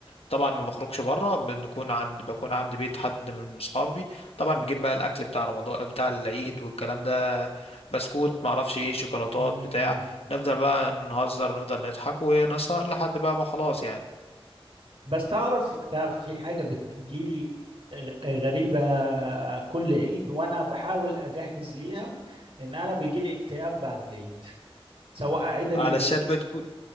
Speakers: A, on the left; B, on the right.
A: طبعا ما بخرجش بره بنكون عند بكون عند بيت حد من صحابي طبعا بجيب بقى الأكل بتاع رمضان بتاع العيد والكلام ده بسكوت معرفش ايه شوكولاتات
B: م-
A: بتاع
B: م.
A: نفضل بقى نهزر نفضل نضحك ونسهر لحد بقى ما خلاص يعني
B: بس تعرف تعرف في حاجة بتجيلي غ- غريبة كل عيد وانا بحاول اجهز ليها ان انا بيجيلي اكتئاب بعد العيد سواء عيد ال...
A: علشان بتكون